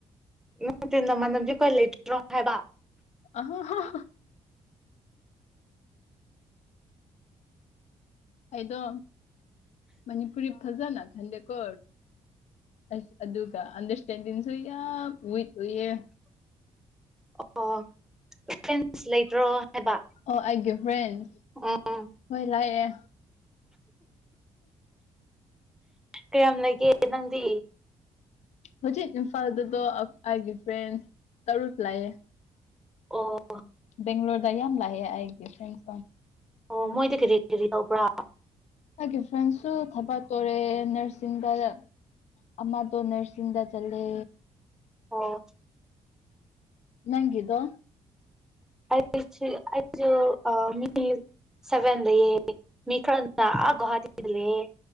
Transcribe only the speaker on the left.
<unintelligible> ꯑꯩꯗꯣ ꯃꯅꯤꯄꯨꯔꯤ ꯐꯖꯅ ꯈꯟꯗꯦꯀꯣ ꯑꯁ ꯑꯗꯨꯒ ꯑꯟꯗꯔꯁꯇꯦꯟꯗꯤꯡꯁꯨ ꯌꯥꯝ ꯋꯤꯛ ꯑꯣꯏꯌꯦ
ꯑꯣ ꯑꯩꯒꯤ ꯐ꯭ꯔꯦꯟꯁ
ꯍꯣꯏ ꯂꯥꯏꯑꯦ
ꯍꯧꯖꯤꯛ ꯏꯝꯐꯥꯜꯗꯗꯣ ꯑꯩꯒꯤ ꯐ꯭ꯔꯦꯟꯁ ꯇꯔꯨꯛ ꯂꯩꯑꯦ
ꯕꯦꯡꯒ꯭ꯂꯣꯔꯗ ꯌꯥꯝ ꯂꯩꯑꯦ ꯑꯩꯒꯤ ꯐ꯭ꯔꯦꯟꯁꯤꯡ
ꯑꯩꯒꯤ ꯐ꯭ꯔꯦꯟꯁꯨ ꯊꯕꯛ ꯇꯧꯔꯦ ꯅꯔꯁꯤꯡꯗ ꯈꯠꯅꯗꯦ ꯅꯔꯁꯤꯡꯗ ꯆꯠꯂꯦ
ꯅꯪꯒꯗꯨꯣ